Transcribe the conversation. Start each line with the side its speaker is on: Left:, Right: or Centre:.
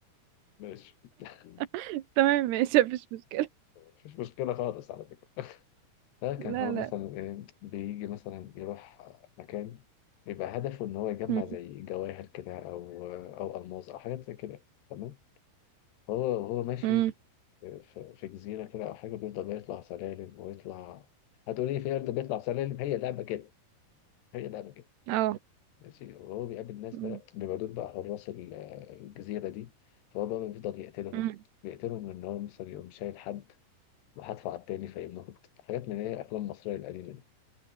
Left: ماشي <laughs>
Right: <laughs> تمام ماشي مفيش مشكلة
Left: مفيش مشكلة خالص على فكرة فكان
Right: لا
Left: هو
Right: لا
Left: مثلا إيه بيجي مثلا يروح مكان بيبقى هدفه إن هو يجمع
Right: مم.
Left: زي جواهر كده أو آه، أو ألماس أو حاجات زي كده تمام هو وهو ماشي
Right: مم.
Left: آه، في في جزيرة كده أو حاجة بيفضل يطلع سلالم ويطلع هتقولي في أرض بيطلع سلالم هي لعبة كده هي لعبة كده
Right: اه
Left: ماشي وهو بيقابل ناس
Right: مم.
Left: بقى بيبقى دول بقى حراس ال- آه، الجزيرة دي فهو بقى بيفضل يقتلهم
Right: مم.
Left: بيقتلهم إن هو مثلا يقوم شايل حد وحدفع على التاني فيموت حاجات من هي أفلام مصرية القديمة دي